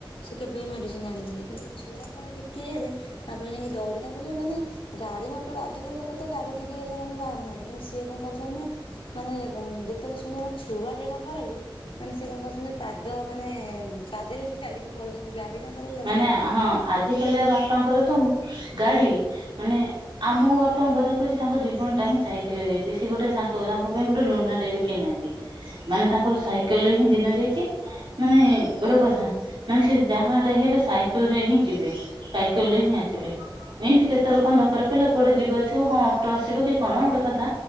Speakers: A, on the left; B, on the right.
A: ସେ କେବେ ବି ମେଡିସିନ ଆଣିବେନି କିନ୍ତୁ ଛୁଆଙ୍କର ଟିକେ ହେଲେ ବାପା ଯାଇକି ଦୌଡି ତାଙ୍କୁ ବି ମାନେ ଗାଡି ମଟର ଆଜିକାଲି ଲୋକ ତ ଗାଡି ଟିକେ ହେଲେ ମାନେ ବାହାରୁନାହାନ୍ତି କିନ୍ତୁ ସିଏ କଣ କରୁଛନ୍ତି ନା ମାନେ ଯେତେବେଳେ ଶୁଣ ମୋ ଛୁଆ ଦେହ ଖରାପ। ମାନେ ସେ କଣ କରୁଛନ୍ତି ପାଦ ମାନେ ପାଦରେ ବି ସେ ଚାଲିକି ପଳଉଛନ୍ତି। ଗାଡି ତାଙ୍କର ବି ଦରକାର
B: ମାନେ
A: ନାହିଁ।
B: ହଁ ଆଜିକାଲି ବାପାଙ୍କର ତ ଗାଡି। ମାନେ ଆମ ବାପାଙ୍କ କଥା କହୁଛି ତାଙ୍କ ଜୀବନ ଟା ହିଁ ସାଇକେଲ ଯାଇଛି ସେ ଗୋଟେ ତାଙ୍କ ପାଇଁ ଗୋଟେ ଲୁନା ଟା ବି କିନାନ୍ତି ମାନେ ତାଙ୍କର ସାଇକେଲରେ ହିଁ ଦିନ ଯାଇଛି ମାନେ ଗୋଟେ କଥା ମାନେ ସେ ଯାହା। ଲେ ସାଇକେଲରେ ହିଁ ଯିବେ ସାଇକେଲରେ ହିଁ ଆସିବେ ଏମତି କେତେ ଲୋକଙ୍କ ଦରକାର ପିଲେ କୁଆଡେ ଯିବଥିବ ହଁ ଅଟୋ ଆସିବ କି କଣ ଗୋଟେ କଥା